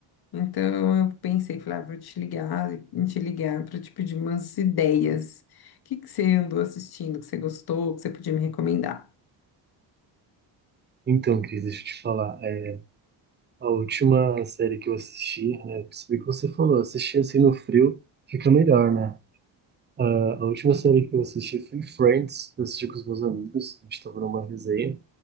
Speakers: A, on the left; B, on the right.
A: Então eu pensei, falei, ah, vou te ligar, te ligar para te pedir umas ideias. O que que você andou assistindo, que você gostou, que você podia me recomendar?
B: Então, Cris, deixa eu te falar. é, a última série que eu assisti, né? Percebi que você falou, assistir assim no frio fica melhor, né? Ah, a última série que eu assisti foi Friends, que eu assisti com os meus amigos, a gente tava numa resenha,